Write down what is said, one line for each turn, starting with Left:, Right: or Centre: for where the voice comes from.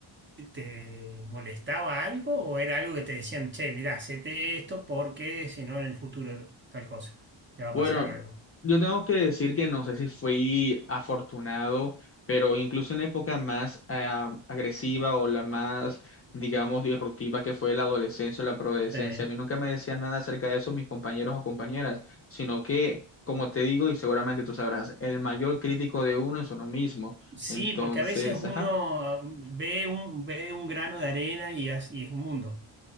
Right: te molestaba algo o era algo que te decían, che, mirá, hacete esto porque si no en el futuro tal cosa, te va a
Left: bueno,
Right: pasar algo?
Left: yo tengo que decir que no sé si fui afortunado, pero incluso en la época más ah, agresiva o la más, digamos, disruptiva que fue la adolescencia o la preadolescencia,
Right: Sí.
Left: a mí nunca me decían nada acerca de eso mis compañeros o compañeras, sino que, como te digo, y seguramente tú sabrás, el mayor crítico de uno es uno mismo.
Right: Sí,
Left: Entonces,
Right: porque a veces uno
Left: ajá,
Right: ve un, ve un grano de arena y, as- y es un mundo.